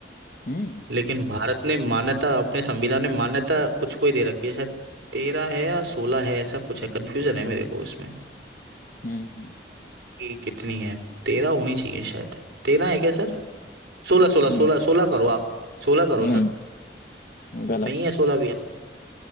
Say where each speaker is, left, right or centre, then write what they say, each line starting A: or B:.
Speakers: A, on the left; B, on the right.
A: हम्म
B: लेकिन भारत ने मान्यता अपने संविधान में मान्यता कुछ को ही दे रखी है शायद तेरह है या सोलह है ऐसा कुछ है कंफ्यूजन है मेरे को इसमें
A: हम्म
B: कि कितनी है तेरह होनी चाहिए शायद तेरह है क्या सर सोलह सोलह
A: नहीं
B: सोलह
A: सर
B: सोलह करो आप सोलह करो
A: नहीं
B: सर
A: गलत
B: नहीं है सोलह भी है